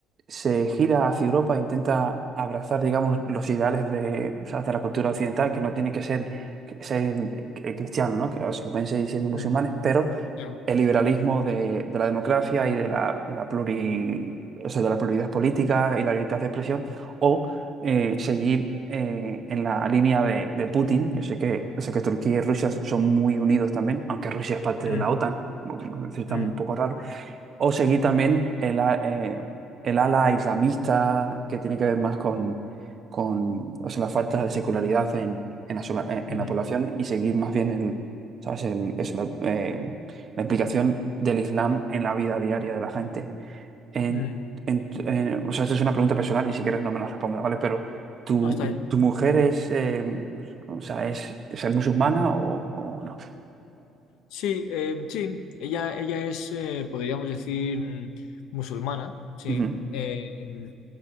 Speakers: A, on the right (about 40°); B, on the left (about 85°).
A: se gira hacia Europa e intenta abrazar, digamos, los ideales de, o sea, de la cultura occidental, que no tiene que ser, que ser, eh, cristiano, ¿no? Que o sea, pueden seguir siendo musulmanes,
B: mm,
A: pero
B: claro.
A: el liberalismo de, de la democracia y de la, de la pluri- o sea, de la pluralidad política y la libertad de expresión, o eh, seguir eh, en la línea de, de Putin. Yo sé que, yo sé que Turquía y Rusia son muy unidos también, aunque Rusia es parte de
B: Mm,
A: la OTAN, como nos resulta
B: mm,
A: un poco raro o seguir también el, a- eh, el ala islamista, que tiene que ver más con, con o sea, la falta de secularidad en, en la, sola- eh, en
B: mm, mm.
A: la población y seguir más bien el, ¿sabes? El- eso, la, eh, la implicación del Islam en la vida diaria de la gente. En-
B: mm.
A: en- eh, o sea, esta es una pregunta personal y si quieres no me la respondas, ¿vale? Pero, ¿tu,
B: No, está bien.
A: tu mujer es, eh, o sea, es, es musulmana o, o no?
B: Sí, eh, sí, ella, ella es, eh, podríamos decir, mm, musulmana, sí,
A: Ujú.
B: eh,